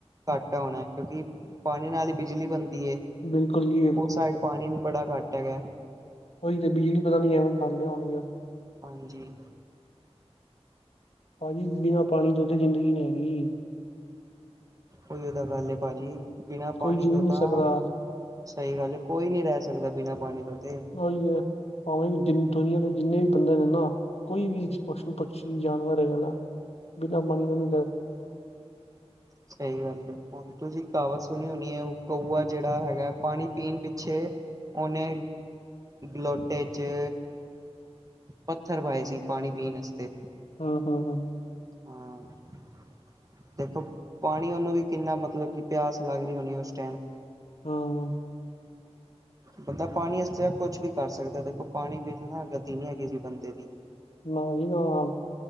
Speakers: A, on the right; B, on the left.
A: ਘੱਟ ਐ ਹੋਣਾ ਕਿਉਂਕਿ ਪਾਣੀ ਨਾਲ ਹੀ ਬਿਜਲੀ ਬਣਦੀ ਏ।
B: ਬਿਲਕੁਲ ਜੀ ਬਿਲਕੁਲ
A: ਉਸ ਸਾਈਡ ਪਾਣੀ ਵੀ ਬੜਾ ਘੱਟ ਹੈਗਾ।
B: ਉਹੀ ਤੇ ਬਿਜਲੀ ਪਤਾ ਨੀ ਕਿਵੇਂ ਬਣਾਣਦੇ ਹੋਣਗੇ ਉਹ
A: ਹਾਂਜੀ।
B: ਪਾਜੀ ਬਿਨਾਂ ਪਾਣੀ ਤੋਂ ਤੇ ਜ਼ਿੰਦਗੀ ਨੀ ਹੈਗੀ ਜੀ।
A: ਉਇਓ ਤਾਂ ਗੱਲ ਏ੍ ਪਾਜੀ ਬਿਨਾ
B: ਕੋਈ
A: ਪਾਣੀ
B: ਜੀਅ
A: ਤੋਂ
B: ਨਹੀਂ
A: ਤਾਂ
B: ਸਕਦਾ
A: ਸਹੀ ਗੱਲ ਏ ਕੋਈ ਨੀ ਰਹਿ ਸਕਦਾ ਬਿਨਾਂ ਪਾਣੀ ਤੋਂ ਤੇ
B: ਉਹੀ ਤੇ ਪਾਵੇਂ ਦੁਨੀਆਂ ਦੇ ਜਿੰਨੇ ਵੀ ਬੰਦੇ ਨੇ ਨਾ ਕੋਈ ਵੀ ਪਸ਼ੂ-ਪਸ਼ੀ, ਜਾਨਵਰ ਹੈਗਾ ਨਾ ਬਿਨਾਂ ਪਾਣੀ ਤੋ ਨਹੀਂ ਰਹਿ ਸਕਦਾ
A: ਸਹੀ ਗੱਲ ਏ ਹੁਣ ਤੁਸੀਂ ਕਹਾਵਤ ਸੁਣੀ ਹੋਣੀ ਏ ਉਹ ਕੌਆ ਜਿਹੜਾ ਹੈਗਾ ਪਾਣੀ ਪੀਣ ਪਿੱਛੇ ਉਹਨੇ ਲੋਟੇ ਚ ਪੱਥਰ ਪਾਏ ਸੀ ਪਾਣੀ ਪੀਣ ਅਸਤੇ।
B: ਹਾਂ-ਹਾਂ-ਹਾਂ।
A: ਹਾਂ। ਦੇਖੋ ਪਾਣੀ ਉਹਨੂੰ ਵੀ ਕਿੰਨਾ ਮਤਲਬ ਕਿ ਪਿਆਸ ਲੱਗ ਰਹੀ ਹੋਣੀ ਉਸ ਟਾਈਮ।
B: ਹਾਂ।
A: ਬੰਦਾ ਪਾਣੀ ਵ ਕੁਛ ਵੀ ਕਰ ਸਕਦਾ ਦੇਖੋ, ਪਾਣੀ ਬਿਨਾਂ ਨਾ ਗਤੀ ਨਹੀਂੀ ਹੈਗੀ ਜੀ ਬੰਦੇ ਦੀ
B: ਨਾ ਜੀ ਨਾ-